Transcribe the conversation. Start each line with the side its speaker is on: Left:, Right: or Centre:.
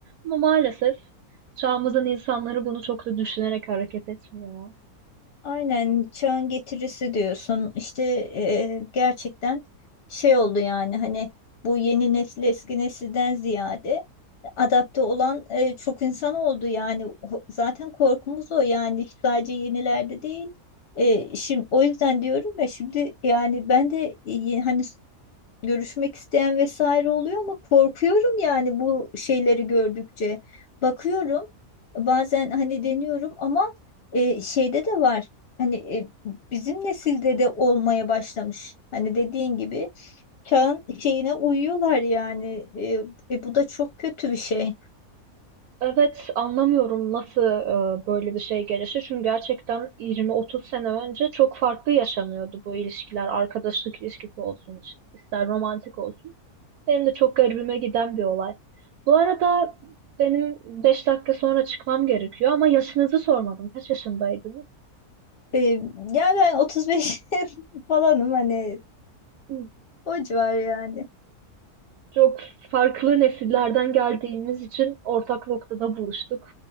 Right: Ama maalesef çağımızın insanları bunu çok da düşünerek hareket etmiyor ya.
Left: Aynen çağın getirisi diyorsun. İşte e, gerçekten şey oldu yani hani bu yeni nesil eski nesilden ziyade adapte olan e, çok insan oldu yani O- zaten korkumuz o yani sadece yenilerde değil. E, şimdi o yüzden diyorum ya şimdi yani ben de e, hani görüşmek isteyen vesaire oluyor ama korkuyorum yani bu şeyleri gördükçe. Bakıyorum bazen hani deniyorum ama e, şeyde de var. Hani e, bizim nesilde de olmaya başlamış. Hani dediğin gibi çağın şeyine uyuyorlar yani. E, e, bu da çok kötü bir şey.
Right: Evet, anlamıyorum nasıl e, böyle bir şey gelişti. Çünkü gerçekten yirmi otuz sene önce çok farklı yaşanıyordu bu ilişkiler. Arkadaşlık ilişkisi olsun, ister romantik olsun. Benim de çok garibime giden bir olay. Bu arada benim 5 dakika sonra çıkmam gerekiyor ama yaşınızı sormadım. Kaç yaşındaydınız?
Left: E, yani ben 35 <laughs> falanım hani
Right: Hı.
Left: o civar yani.
Right: Çok farklı nesillerden geldiğimiz için ortak noktada buluştuk.